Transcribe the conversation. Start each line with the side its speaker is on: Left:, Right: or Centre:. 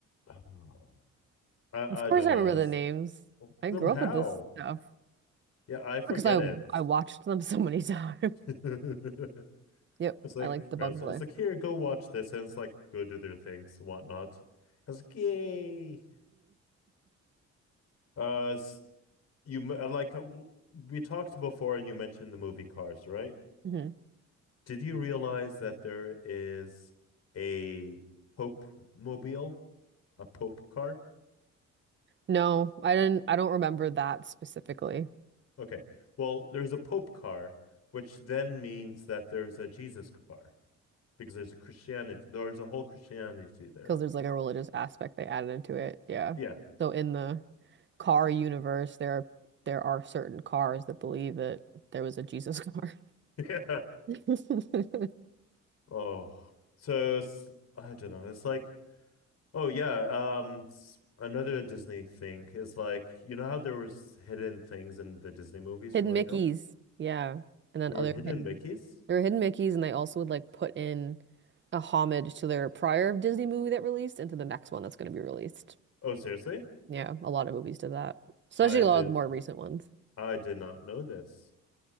Left: <sighs> Oh, I,
Right: Of course
Left: I don't
Right: I
Left: know.
Right: remember the
Left: It's,
Right: names. I
Left: them
Right: grew
Left: how?
Right: up with this stuff
Left: Yeah, I forget
Right: because I
Left: it.
Right: I watched them so many <laughs> times.
Left: <laughs>
Right: Yep,
Left: It's like
Right: I like The
Left: parents.
Right: Bug Life.
Left: It's like here, go watch this, and it's like go do their things and whatnot. I was like, yay. Uh, it's You uh, like uh, we talked before, and you mentioned the movie Cars, right?
Right: Mm-hmm.
Left: Did you realize that there is a Pope mobile, a Pope car?
Right: No, I didn't I don't remember that specifically
Left: Okay, well, there's a Pope car, which then means that there's a Jesus car because there's a Christianity, there's a whole Christianity there.
Right: because there's like a religious aspect they added into it. Yeah.
Left: Yeah,
Right: So in the car universe there are there are certain cars that believe that there was a Jesus car.
Left: <laughs> yeah.
Right: <laughs>
Left: Oh, so it's, I don't know. It's like Oh yeah, um s- another Disney thing is like you know how there was hidden things in the Disney movies
Right: Hidden
Left: growing
Right: Mickeys.
Left: up?
Right: Yeah. And then
Left: There
Right: other
Left: were hidden
Right: hidden
Left: Mickeys?
Right: There were hidden Mickeys, and they also would like put in a homage to their prior Disney movie that released and to the next one that's going to be released.
Left: Oh seriously?
Right: Yeah, a lot of movies did that, especially
Left: I
Right: a
Left: did
Right: lot of the more recent ones.
Left: I did not know this.